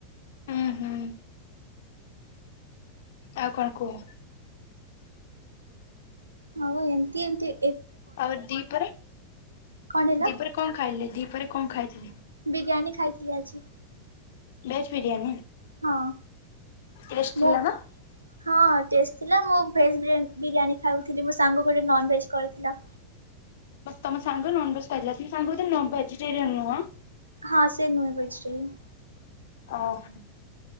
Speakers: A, on the left; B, on the right.
A: ହୁଁ ହୁଁ। ଆଉ କଣ କୁହ।
B: ହଉ ଏମତି ଏମତି
A: ଆଉ ଦିପରେ
B: କଣ ହେଲା?
A: ଦିପରେ କଣ ଖାଇଲେ ଦିପରେ କଣ ଖାଇଥିଲେ।
B: ବିରିୟାନୀ ଖାଇଥିଲି ଆଜି।
A: ଭେଜ ବିରିୟାନୀ।
B: ହଁ।
A: ଟେଷ୍ଟ ଥିଲା
B: ମୁଁ
A: ନା।
B: ହଁ ଟେଷ୍ଟ ଥିଲା ମୁଁ ଭେଜ୍ ବିରୀୟାନୀ ବିରିୟାନୀ ଖାଉଥିଲି ମୋ ସାଙ୍ଗ ଗୋଟେ ନନ୍ ଭେଜ୍ କରିଥିଲା।
A: ତମ ସାଙ୍ଗ ନନଭେଜ ଖାଇଥିଲା ତମ ସାଙ୍ଗ ବୋଧେ ଭେଜିଟେରିଆନ ନୁହଁ।
B: ହଁ ସେ ନୁହେଁ ଭେଜଟେରିଆନ
A: ଓହୋ